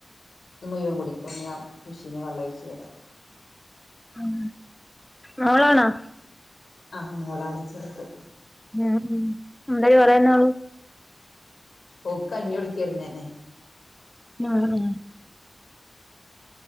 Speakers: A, on the left; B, in the centre.
A: ത് മുയുവൻ കുടിക്കും ഞാൻ മെഷീനി വെള്ളമൊഴിച്ചു തരാം.
B: ഉം മോളാണോ?
A: ആ മോളാ അടിച്ചടുത്ത്
B: ഉം ഉം എന്തായി പറയുന്നാളു
A: ഓക്ക് കഞ്ഞികൊടുക്കെരുന്നു ഞാനെ
B: <unintelligible> ആഹ്